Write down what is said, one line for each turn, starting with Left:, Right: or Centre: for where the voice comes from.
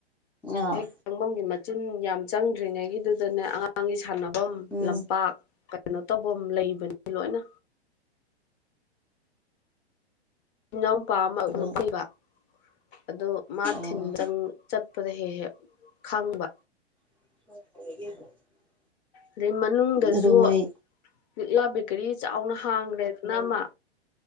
Centre: ꯑ
Left: ꯍꯦꯛ ꯆꯪꯐꯝꯒꯤ ꯃꯆꯤꯟ ꯌꯥꯝ ꯆꯪꯗ꯭ꯔꯤꯉꯩꯒꯤꯗꯨꯗꯅꯦ ꯑꯉꯥꯡꯒꯤ ꯁꯥꯟꯅꯐꯝ
Centre: ꯎꯝ
Left: ꯂꯝꯄꯥꯛ ꯀ ꯀꯅꯣ ꯇꯧꯕꯝ ꯂꯩꯕꯅꯦ ꯂꯣꯏꯅ ꯏꯅꯥꯎꯄꯥ ꯑꯃ
Centre: ꯑꯗꯣ
Left: ꯅꯨꯄꯤꯕ ꯑꯗꯣ ꯃꯥ
Centre: ꯑꯣ
Left: ꯊꯤꯟ ꯆꯪ ꯆꯠꯄꯗ ꯍꯦꯛ ꯍꯦꯛ ꯈꯪꯕ
Centre: <inaudible>
Left: ꯑꯗꯩ ꯃꯅꯨꯡꯗꯖꯨ
Centre: ꯑꯗꯨ ꯃꯣꯏ
Left: ꯂꯤꯛꯂꯥ ꯕꯦꯀꯔꯤ ꯆꯥꯎꯅ ꯍꯥꯡꯈ꯭ꯔꯦꯗꯅ ꯑꯃ